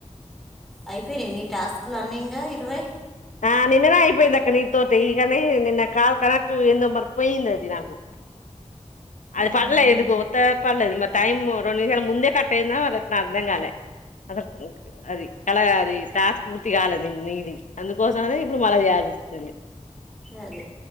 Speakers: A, in the centre; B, on the left (about 80°).
A: అయిపోయినాయ నీ టాస్కులని ఇంగా ఇరవై
B: ఆ నిన్ననే అయిపోయిందాక్క నీతోటి ఇగాని నిన్న కాల్ కనెక్ట్ ఏందో మరి పోయింది నాకు అది
A: ఉహు.
B: పడలే ఎందుకో ఒత్తే పడలేద్ మర్ టైం రెండు నిమిషాల ముందే కట్ అయిందా. మరి ఎటనో అర్థం కాలే. అసల్ అది కల అది టాస్క్ పూర్తి కాలేదు నీది. అందుకోసం అని ఇప్పుడు మళ్ళా చేయాల్సొసుంది.
A: అదే